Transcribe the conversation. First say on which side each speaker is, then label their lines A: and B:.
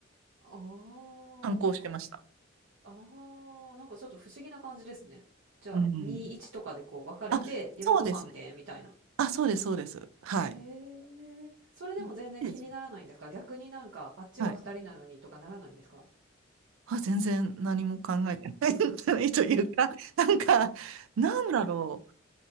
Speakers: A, on the right; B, on the right.
A: ああ、
B: 反抗してました。
A: なんかああ、なんかちょっと不思議な感じですね。じゃあ、
B: うん。
A: 2、1とかでこう分かれて、
B: あ、
A: 夜ご飯で、
B: そうですね。
A: みたいな。
B: あ、そうです、そうです。はい。
A: へえ。それでも全然気にならないんですか逆になんか、
B: うんいいです。
A: あっちは2人なのにとかならないんですか
B: はい。あ、全然何も考えてないんじゃないというか、なんか、なんだろ